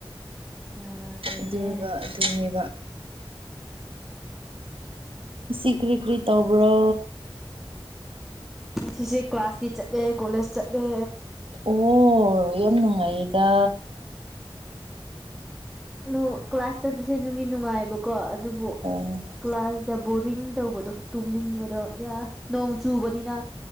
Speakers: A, in the centre; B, on the right.
A: ꯌꯥꯔꯦꯅꯦ
B: ꯑꯗꯨꯒ ꯑꯗꯨꯅꯦꯕ ꯁꯤ ꯀ꯭ꯔꯤ ꯀ꯭ꯔꯤ ꯇꯧꯕ꯭ꯔꯣ
A: ꯉꯁꯤꯁꯦ ꯀ꯭ꯂꯥꯁꯇꯤ ꯆꯠꯂꯦ ꯀꯣꯂꯦꯖ ꯆꯠꯂꯦ
B: ꯑꯣ ꯌꯥꯝ ꯅꯨꯡꯉꯥꯏꯗ
A: ꯑꯗꯨ ꯀ꯭ꯂꯥꯁ ꯆꯠꯄꯁꯦ ꯅꯨꯡꯒꯤ ꯅꯨꯡꯉꯥꯏꯕꯀꯣ ꯑꯗꯨꯕꯨ
B: ꯍ <unintelligible>
A: ꯀ꯭ꯂꯥꯁꯇ ꯕꯣꯔꯤꯡ ꯇꯧꯕꯗꯣ ꯇꯨꯝꯅꯤꯡꯕꯗꯣ ꯏ ꯅꯣꯡ ꯆꯨꯕꯅꯤꯅ